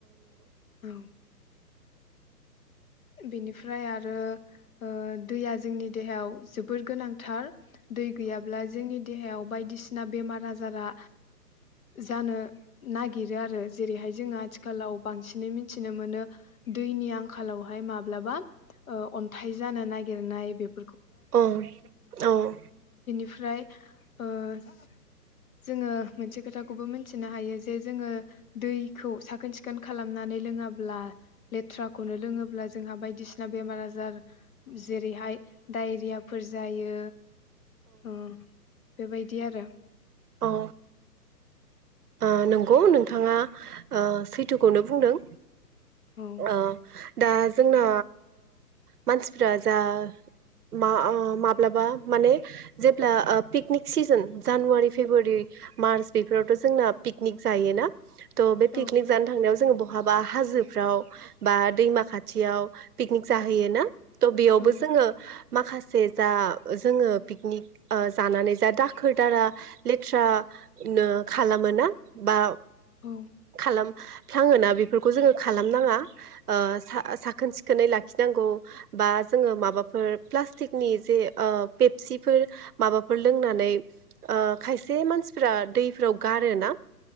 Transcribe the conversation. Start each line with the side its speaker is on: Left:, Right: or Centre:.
Left: औ बेनिफ्राय आरो ओ दैया जोंनि देहायाव जोबोर गोनांथार दै गैयाब्ला जोंनि देहायाव बायदिसिना बेमार आजारा जानो नागिरो आरो जेरैहाय जोंङो आथिखालाव बांसिनै मोन मिथिनो मोनो दैनि आंखालाव हाय माब्लाबा अन्थाइ जानो नागिरनाय बेफ
Right: औ औ
Left: फ्राय ओ जो-जोङो मोनसे खोथाखौबो मिथिनो हायो जे जोङो दैखौ साखोन सिखोन खालामनानै लोङाब्ला लेथ्राखौनो लोङो अब्ला जोंहा बायदिसिना बेमार आजार जेरैहाय दायरियाफोर जायो औ बेबायदि आरो
Right: औ ओ नंगौ नोंथाङा सैथोखौनो बुंदों
Left: औ
Right: अ दा जोंना मानसिफ्रा जा मा माब्लाबा माने जेब्ला picnic season January February March बेफोरावथ' जोंना पिकनिक जायोना द बे पिकनिक
Left: औ
Right: जानो थांनायाव जोङो बहा बा हाजोफ्राव बा दैमा खाथियाव पिकनिक जाहैयो ना थ' बेयावबो
Left: औ
Right: जोङो माखास जे जा जोङो पिकनिक जानानै जा दाखोर दारा लेथ्रा नो खालामो ना बा
Left: औ
Right: खालाम फ्लाङोना बेफोरखौ जोङो खालामनाङा ओ साखोन सिखोनै लाखिनांगौ बा जोङो माबाफोर प्लास्टिकनि जे ओ पेपसिफोर माबाफोर लोंनानै खायसे मानसिफ्रा दैफोराव गारोना